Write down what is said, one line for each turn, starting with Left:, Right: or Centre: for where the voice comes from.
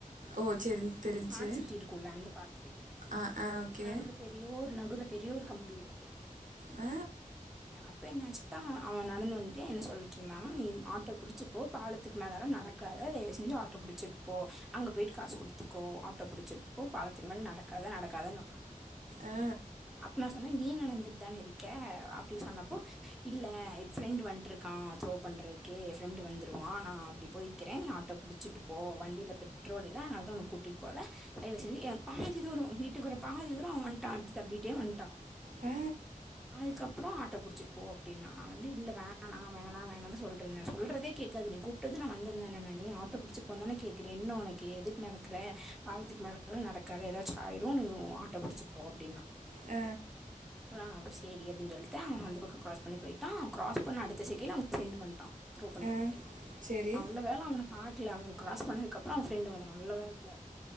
Right: ஓ சேரி தெரிஞ்ச்சு
Centre: அந்த ஸ்மார்ட் சிட்டி இருக்குள்ள அந்த பாத்வே
Right: ஆ ஆ ஓகே
Centre: நடுவுல பெரியோர் நடுல பெரியோரு கம்பி இருக்கு
Right: ஆ
Centre: இப்ப என்னச்சு நா அவே நடந்து வன்டு என்ன சொல்லிட்டு இருந்தானா நீ ஆட்டோ புடிச்சி போ பாலத் பாலத்க்கு மேலல்லா நடக்காத தயவு செஞ்சி ஆட்டோ புடிச்சிட்டுப்போ அங்க போயி காசு குடுத்துக்கோ ஆட்டோ பிடிச்சு போ பா பாலதுக்கு மேல நடக்காத நடக்காதன்னு சொன்னா
Right: ஆ
Centre: அப்ப நா சொன்னே நீ நடந்துட் தானே இருக்க அப்டின் சொன்னப்போ இல்ல ஃப்ரெண்டு வன்டிருக்கா த்ரோ பண்றதுக்கே ஃப்ரெண்டு வந்துருவா நா அப்டி போய்கிறே நீ ஆட்டோ புடிச்சிட்டு போ வண்டியில பெட்ரோல் இல்ல அதனாலதா உன்ன கூட்டிகிட்டு போல தயவு செஞ்சி ஏ பாதி தூரோ வீட்டுக்கு வர பாதி தூரோ அவே வன்டா அப்டி தள்ளிட்டே வன்டான்
Right: ஆ
Centre: அதுக்கப்புறோ ஆட்டோ புடிச்சுட்டு போ அப்டின்னா நா வந்து இல்ல வேணா வேணா வேணான்னு தா சொல்டு இருந்தே சொல்றதே கேட்காது நீ கூப்டது நா வந்த தானே நானே ஆட்டோ புடிச்சி போ தானே கேக்குறே என்ன உனக்கு எதுக்கு நடக்குற பாலத்துக்கு மேல <inaudible> நடக்காத ஏதாச்சு ஆயிரு நீ ஆட்டோ புடிச்சுப்போ அப்டின்னா
Right: அ
Centre: அ அப்புறோ சேரி அப்டின் சொல்லிட்டு அவே அந்த பக்கோ கிராஸ் பண்ணி போய்ட்டா அவே கிராஸ் பண்ண அடுத்த செகண்ட் அவே ஃபிரண்டு வன்டா டோக் பண்றக்கு
Right: ஆ சேரி
Centre: நல்ல வேல அவன பாக் பாக்ல அவே கிராஸ் பண்ணதுக்கப்புறோ அவே ஃப்ரெண்டு வர்றா நல்ல வேல